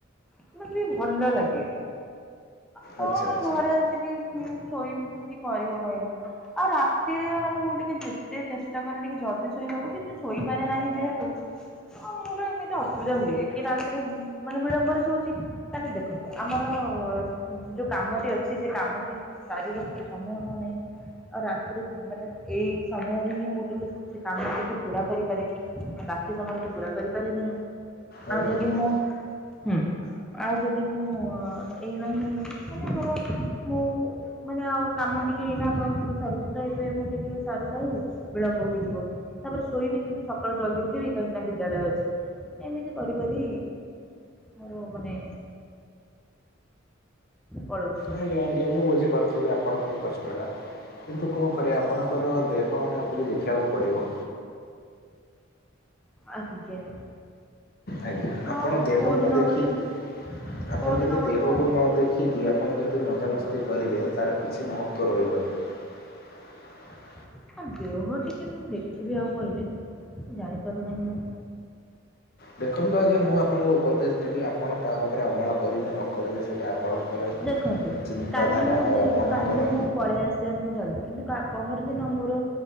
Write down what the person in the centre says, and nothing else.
ମତେ ଟିକେ ଭଲ ଲାଗେ। କଣ
ଘରେ
ଆସିକି ହୁଁ ଶୋଇବୁ କି କରିବ କହିଲ। ଆଉ ରାତିରେ ମାନେ ମୁଁ ଟିକେ ଯେତେ ଚେଷ୍ଟା କରେ ଟିକେ ଜଲଦି ଶୋଇବାକୁ କିନ୍ତୁ ଶୋଇପାରେ ନାହିଁ ଯେହେତୁ ହଁ ମୋର ଏମିତି ଅସୁବିଧା ହୁଏ କି ରାତିରେ ମାନେ ବିଳମ୍ବରେ ଶୋଉଚି। କାଇଁନା ଦେଖନ୍ତୁ ଆମର ଯୋଉ କାମଟି ଅଛି ସେ କାମଟି ସାରୀବକି ସମୟ ହଉନାଇଁ। ଆଉ ରାତିରେ ମାନେ ଏଇ ସମୟରେ ହିଁ ମୁଁ ଟିକେ ସେ କାମ ଟିକୁ ପୁରା କରିପାରେ। ବାକି ସମୟରେ ତ ପୁରା କରିପାରେ ନାହିଁ।
ଆଉ ଯଦି
ମୁଁ ହୁଁ, ଆଉ ଯଦି ମୁଁ ଏଇ ଲାଇନାହିଁ ମନେ କର ମୁଁ ମାନେ ଆଉ କାମ ଟିକେ ଏଇନା ଆପଣଙ୍କ ସହିତ ସରୁଚି ତ ଏବେ ମୁଁ ଟିକେ ସାରୁ ସାରୁ ବିଳମ୍ବ ହୋଇଯିବ ତାପରେ ଶୋଇବି ସକାଳୁ ଜଲଦି ଉଠିବି କାହିଁକିନା ବିଦ୍ୟାଳୟ ଅଛି। ଏମିତି କରି କରି ମୋର ମାନେ ପଳଉଚି।
ଆଜ୍ଞା।
ଆଉ
କୋଉ
ଦିନ
ଗୋଟେ
କୋଉ
ଦିନ ଗୋଟେ
ଆ ଦେହ ଟିକେ କେମିତି ଦେଖିବି ଆଉ କହିଲେ ଜାଣିପାରୁନାହିଁ ମୁଁ।
ଦେଖନ୍ତୁ
କାଲି ମୁଁ
ଯେହେତୁ
କାଲି ମୁଁ ପଳେଇ ଆସନ୍ତି ଜଲଦି କିନ୍ତୁ ପହର ଦିନ ମୋର